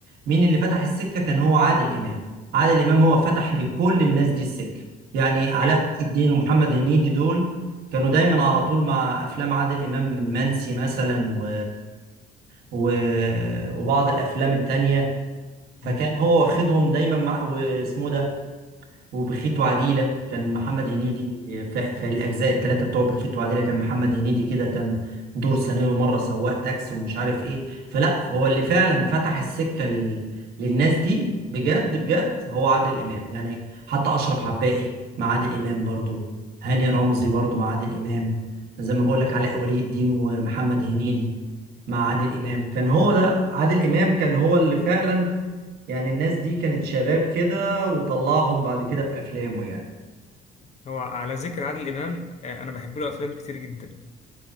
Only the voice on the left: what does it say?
ايوه
مم.
مم.
هو على ذكر عادل امام آه، انا بحب له افلام كتير جدا